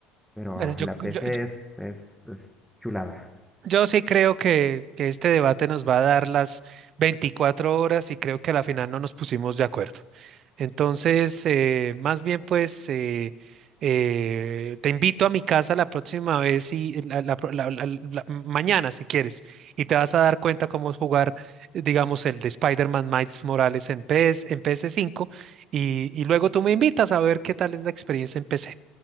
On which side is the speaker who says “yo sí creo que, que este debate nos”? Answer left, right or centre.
Right